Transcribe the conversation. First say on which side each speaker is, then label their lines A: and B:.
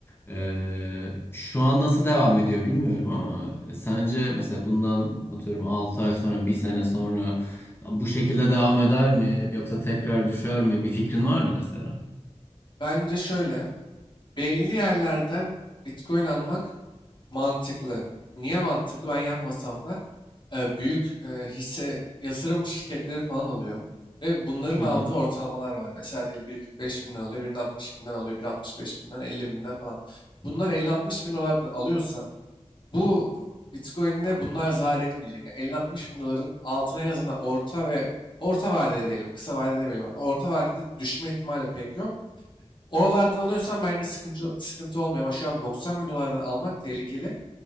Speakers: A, on the left (about 20°); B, on the left (about 40°).
A: E, şu an nasıl devam ediyor bilmiyorum ama e, sence mesela bundan atıyorum 6 ay sonra, bir sene sonra bu şekilde devam eder mi? Yoksa tekrar düşer mi? Bir fikrin var mı mesela?
B: Bence şöyle. Belli yerlerden Bitcoin almak Mantıklı. Niye mantıklı? Ben yapmasam da e, büyük e, hisse yatırım şirketleri falan alıyor. Ve bunların
A: Hı
B: aldığı
A: hı.
B: ortalamalar var. Mesela diyelim biri 45 binden alıyor, birinin 60 binden alıyor, biri 65 binden, 50 binden falan. Bunlar 50-60 bin dolardan alıyorsa bu Bitcoin'de bunlar zarar etmeyecek. Yani 50-60 bin doların altına en azından orta ve orta vadede diyelim, kısa vadede demeyelim hatta. Orta vadede düşme ihtimali pek yok. Oralardan alıyorsan bence sıkıntı, sıkıntı olmuyor ama şu an 90 bin dolardan almak tehlikeli.